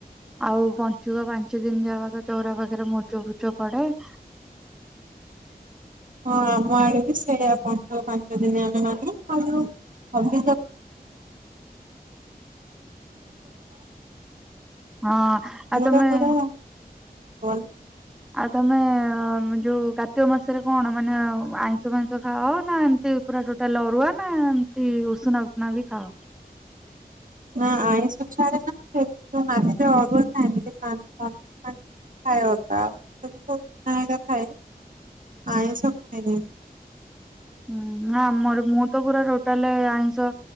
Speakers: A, in the centre; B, on the right.
A: ଆଉ ପଞ୍ଚୁକ ପାଞ୍ଚ ଦିନ ଯାକ ତ ଚଉରା ପାଖରେ ମୁରୁଜ ଫୁରୁଜ ପଡେ। <inaudible>
B: ହଁ ଆମ ଆଡେ ବି ସେଇଆ ପଞ୍ଚୁକ ପାଞ୍ଚ ଦିନ ଆମେ ମାନୁ। <unintelligible> ସେମାନେ
A: ହଁ ଆଉ ତମେ
B: ତ ପୁରା କଣ।
A: ଆଉ ତମେ ଯୋଉ କାର୍ତ୍ତିକ ମାସରେ କଣ ମାନେ ଆଇଁଷ ଫାଇଁସ ଖାଅ ନା ଏମିତି? ପୁରା ଟୋଟାଲ୍ ଅରୁଆ ନା ଏମତି ଉଷୁନା ପୁଷୁନା ବି ଖାଅ?
B: ନା <unintelligible> <unintelligible> ଆଇଁଷ <unintelligible>
A: ହୁଁ ଆମର ମୁଁ ତ ପୁରା ଟୋଟାଲ ଆଇଁଷ